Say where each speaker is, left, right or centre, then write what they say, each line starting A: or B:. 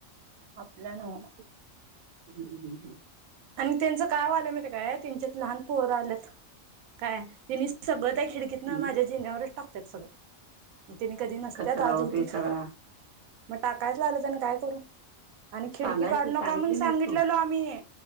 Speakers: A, on the right; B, on the right.
A: आपल्या नव्ह.
B: हा मग ते हम्म हम् हम्.
A: आणि त्यांचं काय व्हायला माहित काय? त्यांच्यात लहान पोर आल्यात काय तिनी सगळं त्या खिडकीत माझ्या
B: हम्म
A: जीनावरच टाकतात सगळं. मग तने कधी नसत्यात
B: कचरा
A: आज
B: होतोय
A: होतीत,
B: सगळा
A: मग टाकायच लागल्यात मग काय करू? आणि
B: सांगायचं
A: खिडकी काढू नंका
B: सांगितली
A: म्हणून
B: नाहीस
A: सांगितलेलो
B: तू
A: आम्ही